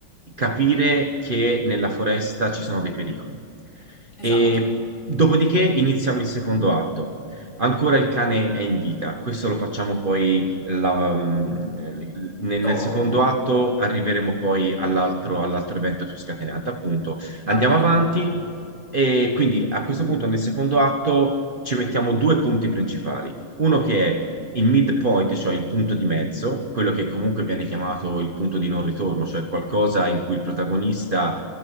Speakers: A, on the right (about 25°); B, on the left (about 30°).
A: capire che nella foresta ci sono dei pericoli.
B: Esatto.
A: E dopodiché iniziamo il secondo atto. Ancora il cane è in vita. Questo lo facciamo poi la- mm, nel,
B: Dopo.
A: nel secondo atto arriveremo poi all'altro all'altro evento più scatenante. Appunto, andiamo
B: Va bene,
A: avanti
B: va bene,
A: e quindi a questo punto nel secondo atto ci mettiamo due punti principali. Uno che è il midpoint, cioè il punto di mezzo, quello che comunque viene chiamato il punto di non ritorno, cioè qualcosa in cui il protagonista